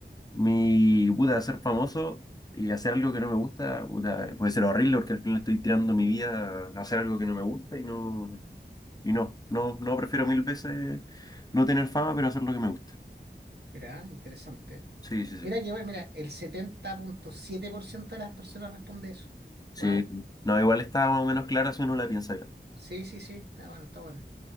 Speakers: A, on the left; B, on the right.
A: Mi, puta, ser famoso y hacer algo que no me gusta, puta, puede ser horrible porque al final estoy tirando mi vida a hacer algo que no me gusta y no, y no, no, no prefiero mil veces no tener fama, pero hacer lo que me gusta.
B: mira, interesante.
A: Sí, sí, sí.
B: Mira que, bueno, mira, el setenta punto siete por ciento de las personas responde eso.
A: Sí,
B: Wow.
A: no, igual está más o menos clara si uno la piensa bien.
B: Sí, sí, sí, está bueno, está bueno.